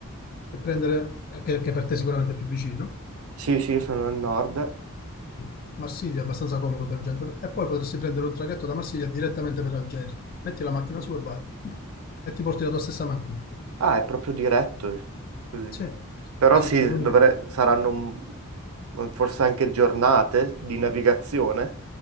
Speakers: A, on the left; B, on the right.
A: e prendere, eh, che, che per te sicuramente è più vicino,
B: Sì, sì, sono al nord.
A: sì. Marsiglia è abbastanza comodo per gente, e poi potresti prendere un traghetto da Marsiglia direttamente per l'Algeria. Metti la macchina su e vai. E ti porti la tua stessa macchina.
B: Ah, è proprio diretto, così.
A: Sì,
B: Però
A: sì,
B: sì,
A: è l'unico.
B: dovre- saranno mm, forse anche giornate di navigazione,